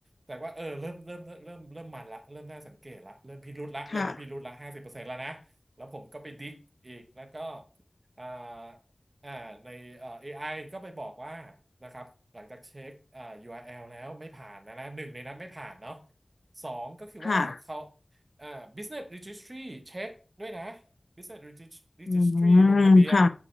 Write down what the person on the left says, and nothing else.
ค่ะ
ค่ะ
อื
มค่ะ